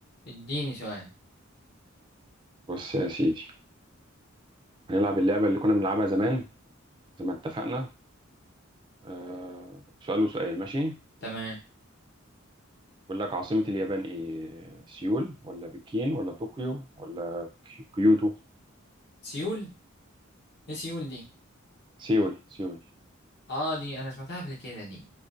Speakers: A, on the left; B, on the right.
A: اديني سؤال
B: بص يا سيدي هنلعب اللعبة اللي كنا بنلعبها زمان زي ما اتفقنا آه سؤال وسؤال ماشي
A: تمام
B: بقول لك عاصمة اليابان ايه سيول ولا بكين ولا طوكيو ولا كي- كيوتو
A: سيول ايه سيول دي
B: سيول سيول
A: اه دي انا سمعتها قبل كده دي